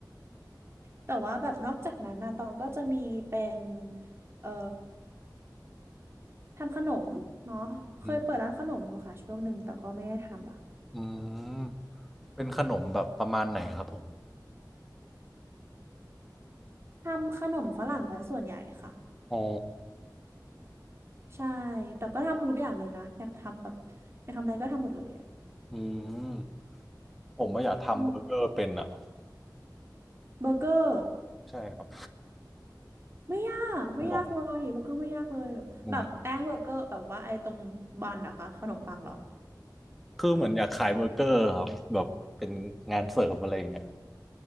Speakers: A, on the right; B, in the centre.
A: แต่ว่าแบบนอกจากนั้นนะตองก็จะมีเป็นเอ่อทำขนมเนาะเคยเปิดร้านขนมอยู่ค่ะช่วงหนึ่งแต่ก็ไม่ได้ทำละ
B: อืมอืมเป็นขนมแบบประมาณไหนครับผม
A: ทำขนมฝรั่งซะส่วนใหญ่ค่ะ
B: อ๋อ
A: ใช่แต่ก็ทำทุกอย่างเลยนะอยากทำแบบอยากทำอะไรก็ทำหมดเลยอ่ะ
B: อืมผมไม่าอยากทำเบอร์เกอร์เป็นอ่ะ
A: อืมเบอร์เกอร์
B: ใช่ครับ
A: ไม่ยากไม่ยากเลยเบอร์เกอร์ไม่ยากเลยแบบแบบแป้งเบอร์เกอร์แบบว่าไอ้ตรงบันเหรอะคะขนมปังเหรอ
B: ขนมอืมคือเหมือนอยากขายเบอร์เกอร์ครับแบบเป็นงานเสริมอะไรอย่างเงี้ย